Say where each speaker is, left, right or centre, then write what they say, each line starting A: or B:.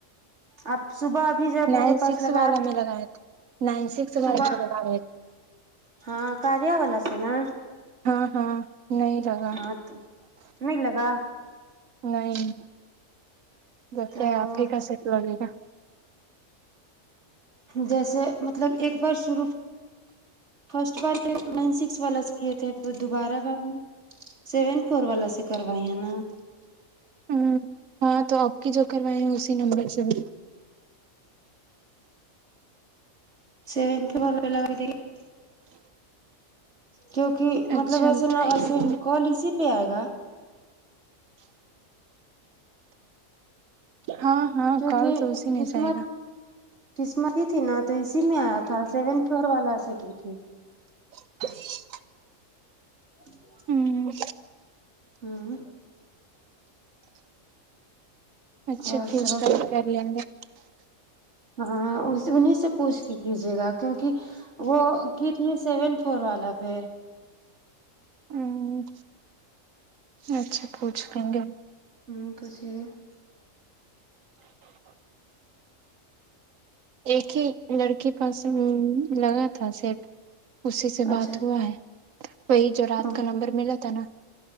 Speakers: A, on the right (about 60°); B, on the right (about 85°).
A: آپ صبح ابھی جب
B: نائن
A: میرے پاس
B: سکس
A: لگا
B: والا
A: رہے
B: میں لگائے
A: تھے
B: تھے نائن سکس
A: صبح
B: والے پے لگا رہے
A: ہاں کاریا والا سے نا
B: ہاں ہاں نہیں لگا
A: ہاں تو نہیں لگا
B: نہیں جب
A: تو
B: کیا ہے آپ ہی کا سٹ لگے گا
A: جیسے مطلب ایک بار شروع فرسٹ بار نائن کلک نائن سکس والا سے کیے تھے پھر دوبارہ بار سیون فور والا سے کروائی ہے نا
B: ہوں ہاں تو اب کی جو کروائے ہیں اسی نمبر سے
A: سیونت والا لگا دی کیوں کی
B: اچھا
A: مطلب وسے
B: ہم
A: نا
B: ٹرائی
A: ایسے
B: کریں گے
A: کال اسی پے آئے گا
B: ہاں ہاں
A: کیونکہ
B: کال تو اسی میں
A: قسمت
B: سے آئے گا
A: قسمت ہی تھی نا تو اسی میں آیا تھا سیون فور والا سے کی تھی
B: <inaudible>
A: <inaudible>
B: ہوں
A: ہوں
B: اچھا
A: اور
B: ٹھیک
A: سب
B: کل کر لیں گے
A: ہاں انہی سے پوچھ کے کیجیے گا کیونکی وہ کی تھی سیون فور والا پے
B: ہوں اچھا پوچھ لیں گے
A: <unintelligible>
B: ایک ہی لڑکی کا سم لگا تھا صرف اسی سے بات
A: اچھا
B: ہوا ہے وہی جو رات
A: ہوں
B: کا نمبر ملا تھا نا